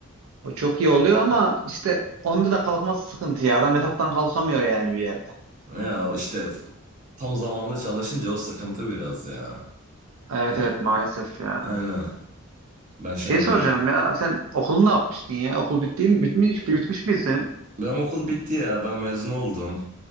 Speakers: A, on the right; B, on the right.
A: O çok iyi oluyor ama işte onda da kalkması sıkıntı ya. Adam yataktan kalkamıyor yani bir yerde.
B: Ya işte tam zamanlı çalışınca o sıkıntı biraz ya.
A: Evet
B: Hani
A: evet maalesef ya.
B: Aynen. Ben şu
A: Şey
B: an
A: soracağım
B: bir...
A: ya sen okulu ne yapmıştın ya? Okul bitti mi? Bitmiş, bitmiş mi senin?
B: Benim okul bitti ya. Ben mezun oldum.